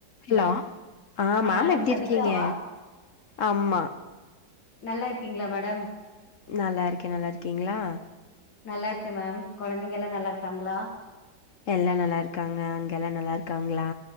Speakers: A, on the left; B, on the left.
A: Hello ஆ ma'am
B: madam
A: எப்டி
B: சபிதாவா
A: இருக்கீங்க ஆமா
B: நல்லா இருக்கீங்க்ளா மேடம்
A: நல்லா இருக்கே நல்லா இருக்கீங்க்ளா
B: நல்லாருக்க மேம் கொழந்தைங்கல்லா நல்லாருக்காங்களா
A: எல்லா நல்லாருக்காங்க அங்க எல்லா நல்லாருக்காங்களா